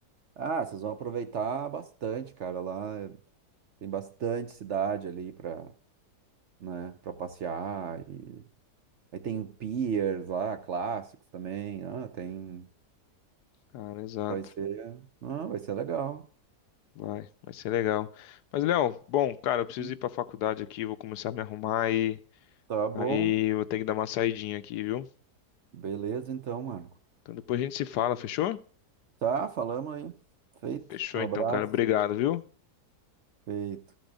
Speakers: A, on the right; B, on the left.
A: Ah, vocês vão aproveitar bastante, cara. Lá é- tem bastante cidade ali pra, né, para passear. E... Aí tem piers lá, clássicos também. Ah, tem.
B: Cara, exato.
A: Vai ser. Ah, vai ser legal.
B: Vai, vai ser legal. Mas, Léo, bom, cara, eu preciso
A: Uhum.
B: ir pra faculdade aqui, vou começar a me arrumar e
A: Tá bom.
B: aí eu vou ter que dar uma saidinha aqui, viu?
A: Beleza, então, Marco.
B: Então depois a gente se fala, fechou?
A: Tá, falamos aí. Feito.
B: Fechou
A: Um abraço.
B: então, cara. Obrigado, viu?
A: Feito.